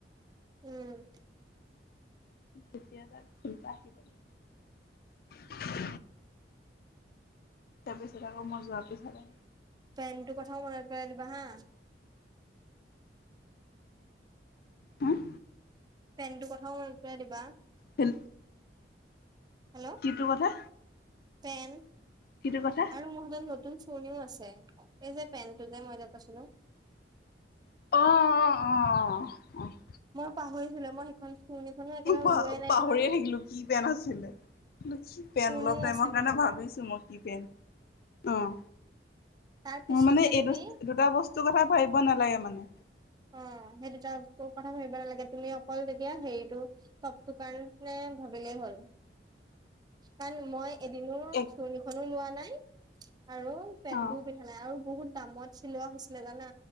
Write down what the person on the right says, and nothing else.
উম।
<inaudible>
প্লেনটো কথাও মনত পেলাই দিবা হা।
প্লেনটো কথাও মনত পেলাই দিবা।
হেল্ল'
পেন আৰু
মোৰ হাতত নত তুন চোৰ্নিও আছে, এই যে পেনটো যে মই যে কৈছিলোঁ
মই পাহৰিছিলোৱে মই সেইখন চুৰণিখনো একেবাৰে
ওলোৱাই নাই নহয়
চুৰণিও
আছে
মোৰ
হাতত
তাৰ পিছত
যে তুমি
অঁ সেই দুটা কথা ভাবিব নালাগে তুমি অকল তেতিয়া হেৰিটো তপটো কাৰনে ভাবিলেই হ'ল। কাৰণ মই এদিনো
চুৰনিখনো লোৱা নাই আৰু পেণ্টোও
পিন্ধা নাই, আৰু বহুত দামত চিলোৱা হৈছিলে জানা